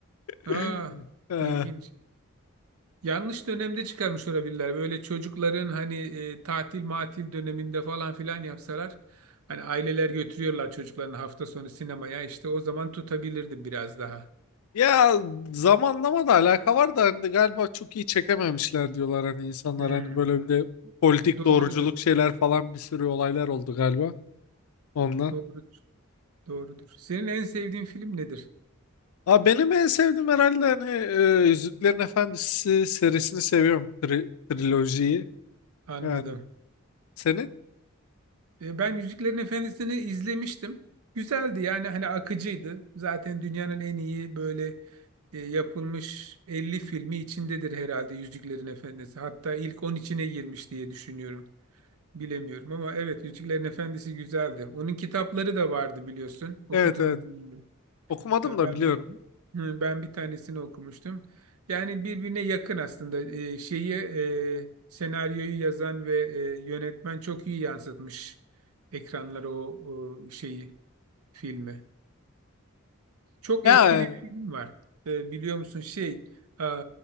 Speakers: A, on the right; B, on the left.
A: Aa,
B: <laughs> E,
A: ilginç. Yanlış dönemde çıkarmış olabilirler. Böyle çocukların hani e, tatil matil döneminde falan filan yapsalar. Hani aileler götürüyorlar çocuklarını hafta sonu sinemaya. İşte o zaman tutabilirdi biraz daha.
B: Ya zamanlama da alaka var da hani galiba çok iyi çekememişler diyorlar hani insanlar
A: Hmm,
B: hani böyle bir de politik
A: doğrudur.
B: doğruculuk şeyler falan bir sürü olaylar oldu galiba onunla.
A: Doğru. Doğrudur. Senin en sevdiğin film nedir?
B: Aa, benim en sevdiğim herhalde hani e, Yüzüklerin Efendisi serisini seviyorum. Tri trilojiyi
A: Anladım.
B: yani. Senin?
A: E, ben Yüzüklerin Efendisi'ni izlemiştim. Güzeldi yani hani akıcıydı. Zaten dünyanın en iyi böyle e, yapılmış 50 filmi içindedir herhalde Yüzüklerin Efendisi. Hatta ilk 10 içine girmiş diye düşünüyorum. Bilemiyorum ama evet Yüzüklerin Efendisi güzeldi. Onun kitapları da vardı biliyorsun. Okudun
B: Evet evet.
A: mu bilmiyorum.
B: Okumadım
A: Ee,
B: da
A: Ben
B: biliyorum.
A: bir hı, ben bir tanesini okumuştum. Yani birbirine yakın aslında Ee, şeyi e, senaryoyu yazan ve e, yönetmen çok iyi yansıtmış ekranlara o, o şeyi filmi. Çok
B: Ya
A: eski bir film var. Ee, biliyor musun şey e,